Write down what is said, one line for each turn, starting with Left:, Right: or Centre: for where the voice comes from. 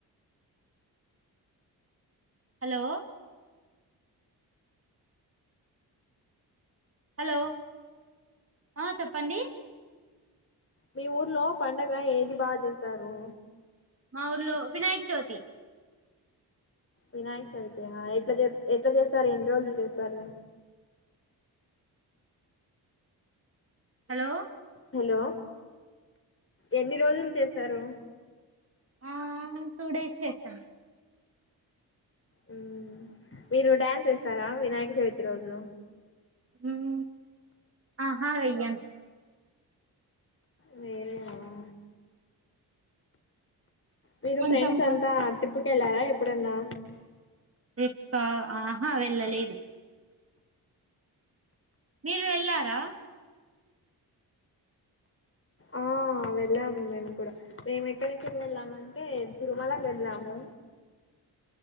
Right: హలో హలో ఆ చెప్పండి
Left: మీ ఊర్లో పండగ ఏది బాగ చేస్తారు
Right: మా ఊర్లో వినాయక్ చవితి
Left: వినాయక్ చవితా ఎట్లా చేస్తారు ఎన్ని రోజులు చేస్తారు
Right: హలో
Left: హలో ఎన్ని రోజులు చేశారు
Right: ఆ టూ డేస్ చేస్తాం
Left: ఉం మీరు డ్యాన్స్ వేస్తారా వినాయక చవితి రోజు
Right: ఉం ఆహా వెయ్యను
Left: వెయ్యరేమో మీరు
Right: కొంచెం
Left: ఫ్రెండ్స్
Right: కొ-
Left: అంతా ట్రిప్కి వెళ్ళారా ఎప్పుడన్నా
Right: ర్రిప్కా ఆహా వెళ్ళలేదు మీరు వెళ్ళారా
Left: ఆ వెళ్ళాము మేము కూడా మేము ఎక్కడెక్కకి వెళ్ళామంటే తిరుమలకి వెళ్ళాము